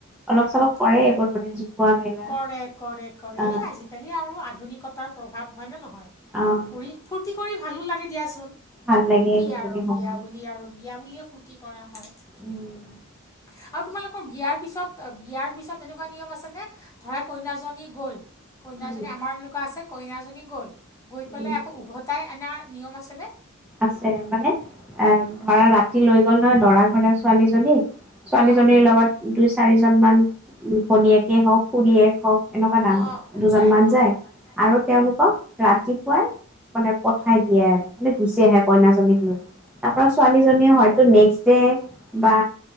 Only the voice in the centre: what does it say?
অলপ-চলপ
কৰে এইবোৰ মানে জোকোৱা মেলা
আ,
অ',
ভাল লাগে
সেইখিনি
সময়।
উম,
উম,
উম।
আছে মানে এ ধৰা ৰাতি লৈ গ'ল নহয় দৰা ঘৰা ছোৱালীজনীক ছোৱালীজনীৰ
লগত দুই চাৰিজন মান ভনীয়েকে হওক খুৰীয়েক হওক এনেকুৱা ডাঙৰ
দুজনমান
যায় আৰু তেওঁলোকক
ৰাতিপুৱাই মানে পঠাই দিয়ে আৰু মানে গুচি আহে কইনাজনীক লৈ তাৰ পৰা ছোৱালীজনীয়ে হয়তো নেক্স ডে বা